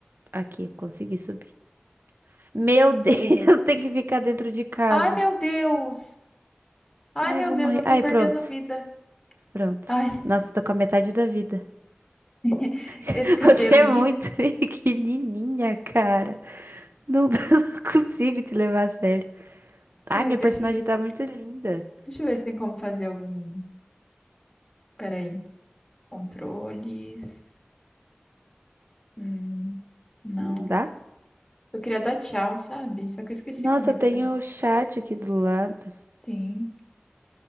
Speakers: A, on the right; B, on the left.
A: Aqui, consegui subir. Meu Deus, <laughs> tem que ficar dentro de casa.
B: Ai, meu Deus! Ai,
A: Ai,
B: meu
A: eu vou
B: Deus,
A: morrer.
B: eu tô
A: Ai,
B: perdendo
A: pronto.
B: vida.
A: Pronto.
B: Ai,
A: Nossa, tô com a metade da vida.
B: <laughs>
A: <laughs>
B: esse cabelinho.
A: Você é muito <laughs> pequenininha, cara. Não, <laughs> não consigo te levar a sério. Ai,
B: Ai,
A: minha
B: deixa
A: personagem
B: eu ver se,
A: tá muito linda.
B: deixa eu ver se tem como fazer algum Peraí. Controles. Hum, não.
A: Não dá?
B: Eu queria dar tchau, sabe? Só que eu esqueci
A: Nossa,
B: como é
A: eu
B: que
A: tenho
B: faz.
A: o chat aqui do lado.
B: Sim.